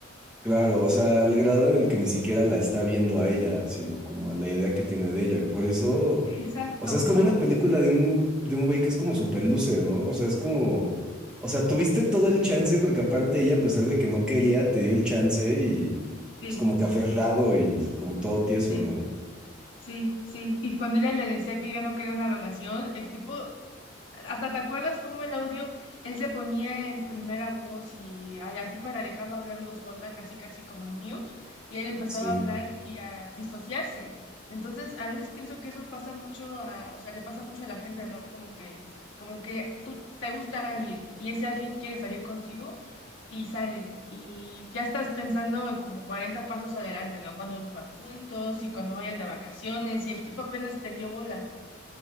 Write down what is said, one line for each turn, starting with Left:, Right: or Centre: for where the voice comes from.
Centre: Claro, o sea, al grado en el que ni siquiera la está viendo a ella, sino como a la idea que tiene de ella. Y por eso,
Left: Exacto.
Centre: o sea, es como una película de un, de un güey que es como super loser, ¿no? O sea, es como, o sea, tuviste todo el chance porque aparte ella, a pesar de que no quería, te dio el chance y
Left: Sí,
Centre: pues como que aferrado y como todo tieso,
Left: sí,
Centre: ¿no?
Left: sí, sí. Y cuando ella le decía que ella no quería una relación, el tipo Hasta te acuerdas cómo el audio, él se ponía en primera voz y a la tipa la dejaba hablando sola, casi casi como en mute, y él empezaba
Centre: Sí.
Left: a hablar y a disociarse. Entonces, a veces pienso que eso pasa mucho a, o sea, le pasa mucho a la gente, ¿no? Como que, como que tú te gusta alguien y ese alguien quiere salir contigo y salen y ya estás pensando como 40 pasos adelante, ¿no? Cuando vivan juntos y cuando vayan de vacaciones y el tipo apenas te dio bola.